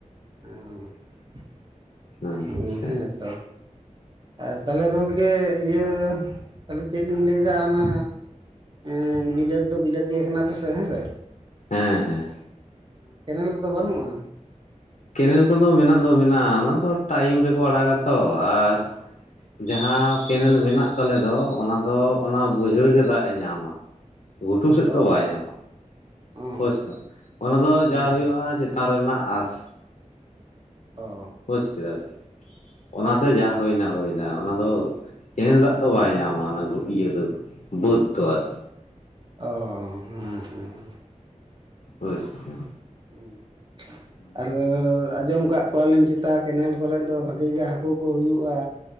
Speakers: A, on the right; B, on the left.
A: ᱚ, ᱦᱮᱸ
B: ᱟᱪᱪᱷᱟ
A: ᱦᱮᱸᱛᱚ᱾ ᱟᱨ ᱛᱟᱞᱦᱮ ᱜᱚᱝᱠᱮ ᱤᱭᱟᱹ ᱛᱟᱞᱦᱮ ᱪᱮᱫ ᱞᱤᱧ ᱞᱟᱹᱭᱫᱟ ᱚᱱᱟ ᱮᱸᱻ ᱵᱤᱞᱟᱹᱛ ᱫᱚ ᱵᱤᱞᱟᱹᱛᱤᱭᱟ ᱠᱟᱱᱟᱯᱮᱥᱮ ᱦᱮᱸ ᱥᱮ᱾
B: ᱦᱮᱸ ᱦᱮᱸ
A: ᱠᱮᱱᱮᱞ ᱠᱚᱫᱚ ᱵᱟᱹᱱᱩᱜ-ᱟ?
B: ᱠᱮᱱᱮᱞ ᱠᱚᱫᱚ ᱢᱮᱱᱟᱜ ᱫᱚ ᱢᱮᱱᱟᱜ-ᱟ ᱚᱱᱟ ᱫᱚ ᱴᱟᱭᱤᱢ ᱨᱮᱠᱚ ᱟᱲᱟᱜᱟ ᱛᱚ, ᱟᱨ ᱡᱟᱦᱟ ᱠᱮᱱᱮᱞ ᱢᱮᱱᱟᱜ ᱛᱟᱞᱮ ᱫᱚ ᱚᱱᱟ ᱫᱚ ᱚᱱᱟ ᱵᱟᱹᱭᱦᱟᱹᱲ ᱜᱮ ᱫᱟᱜ-ᱮ ᱧᱟᱢᱟ᱾ ᱜᱷᱩᱴᱩ ᱥᱮᱫ
A: ᱚ
B: ᱫᱚ ᱵᱟᱭ ᱧᱟᱢᱟ᱾
A: ᱚ
B: ᱠᱷᱳᱡᱽ ᱠᱟᱱᱟ, ᱚᱱᱟ ᱫᱚ
A: ᱦᱮᱸ
B: ᱡᱟ ᱦᱩᱭᱩᱜ-ᱟ
A: ᱦᱮᱸ
B: ᱪᱮᱛᱟᱱ ᱨᱮᱱᱟᱜ ᱟᱥ
A: ᱚᱻ
B: ᱵᱩᱡᱽ ᱠᱮᱫᱟᱵᱤᱱ ᱚᱱᱟᱛᱮ ᱡᱟ ᱦᱩᱭᱱᱟ ᱦᱩᱭ ᱱᱟ, ᱚᱱᱟ ᱫᱚ ᱠᱮᱱᱮᱞ ᱫᱟᱜ ᱛᱚ ᱵᱟᱭ ᱧᱟᱢᱟ ᱚᱱᱟ ᱤᱭᱟᱹ ᱫᱚ ᱵᱟᱹᱫᱽ ᱫᱚ ᱟᱨ
A: ᱚ, ᱦᱩᱸ ᱦᱩᱸ᱾
B: ᱟᱪᱪᱷᱟ᱾
A: ᱦᱩᱸ᱾
B: ᱦᱩᱸ᱾
A: ᱟᱨ ᱟᱸᱡᱚᱢ ᱠᱟᱜ ᱠᱚᱣᱟᱞᱤᱧ ᱪᱮᱛᱟ ᱠᱮᱱᱮᱞ ᱠᱚᱨᱮᱫ ᱫᱚ ᱵᱷᱟᱹᱜᱤ ᱜᱮ ᱦᱟᱹᱠᱩ ᱠᱚ ᱦᱩᱭᱩᱜ-ᱟ᱾